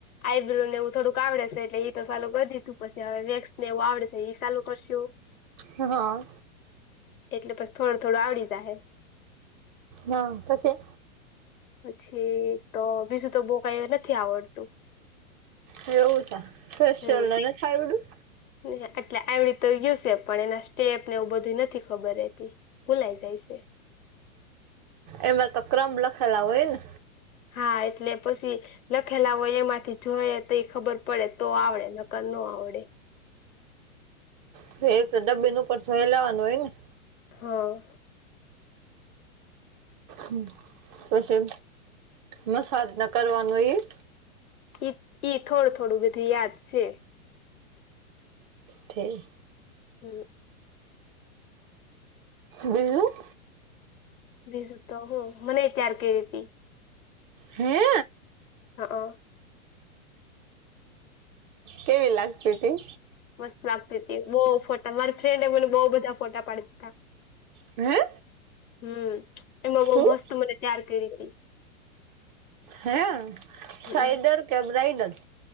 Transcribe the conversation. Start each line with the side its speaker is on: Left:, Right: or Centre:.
Left: આઈબ્રો ને એવું થોડુંક આવડે સે, એટલે ઈ તો સાલું કર દીધું. પછી હવે વેક્સ ને એવું આવડે સે ઈ સાલું કરશું.
Right: હા, હા.
Left: એટલે પછ થોડું-થોડું આવડી જાહે.
Right: હા. પછી?
Left: પછી તો બીજું તો બોવ કાંઈ નથી આવડતું.
Right: એવું સે? ફેસિયલ
Left: હમ
Right: ને નથ આવડ્યું?
Left: <unintelligible> એટલે આવડી તો ગયું સે, પણ એના સ્ટેપને એવુંઈ બધી નથી ખબર રહેતી. ભુલાય જાય સે.
Right: એના તો ક્રમ લખેલા હોય ને?
Left: હા એટલે પસી લખેલા હોય એમાંથી જોઈયે તો ઈ ખબર પડે તો આવડે, નકર નો આવડે.
Right: <unintelligible> ડબ્બીન ઉપર જોયેલાં <unintelligible>
Left: હા.
Right: હમ્મ. પસી મસાજ ના કરવાનું હોય ઈ?
Left: ઈત ઈ થોડું-થોડું બધું યાદ છે.
Right: ઠે.
Left: હમ્મ.
Right: બીજું?
Left: બીજું તો હું. મનેઈ ત્યાર કઈરી તી.
Right: હે!
Left: અહં.
Right: કેવી લાગતી તી?
Left: મસ્ત લાગતી તી. બઉ ફોટા, મારી ફ્રેન્ડ એ મને બઉ બધા ફોટા પાડ દીધા.
Right: હે!
Left: હમ્મ. એમાં બઉ
Right: હું
Left: મસ્ત મને તૈયાર કઈરી તી.
Right: હે!
Left: હમ
Right: સાઇડર કે બ્રાઈડલ?